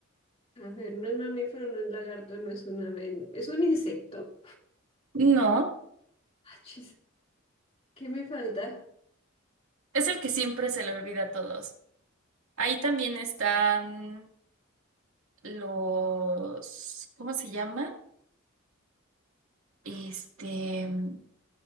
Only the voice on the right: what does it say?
No,
es el que siempre se le olvida a todos. Ahí también están los, ¿cómo se llaman? Este, mm,